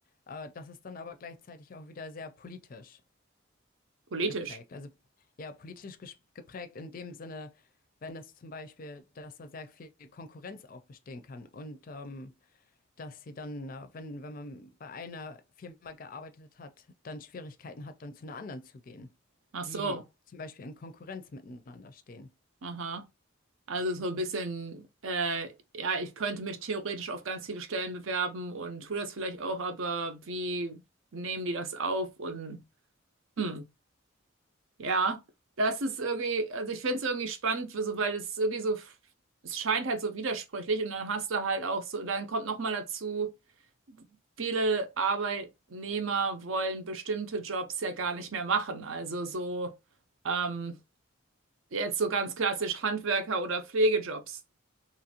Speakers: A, on the left; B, on the right.
A: Äh, das ist dann aber gleichzeitig auch wieder sehr politisch
B: politisch.
A: geprägt. Also ja, politisch ges- geprägt in dem Sinne, wenn es zum Beispiel, dass da sehr viel Konkurrenz auch bestehen kann und ähm, dass sie dann, äh, wenn, wenn man bei einer Firma gearbeitet hat, dann Schwierigkeiten hat, dann zu einer anderen zu gehen,
B: Ach so.
A: die zum Beispiel in Konkurrenz miteinander stehen.
B: Aha. Also so ein bisschen, äh, ja, ich könnte mich theoretisch auf ganz viele Stellen bewerben und tue das vielleicht auch, aber wie nehmen die das auf? Und hm, ja, das ist irgendwie, also ich finde es irgendwie spannend, so, weil es irgendwie so, es scheint halt so widersprüchlich und dann hast du halt auch so, dann kommt noch mal dazu, viele Arbeitnehmer wollen bestimmte Jobs ja gar nicht mehr machen. Also so ähm, jetzt so ganz klassisch Handwerker oder Pflegejobs.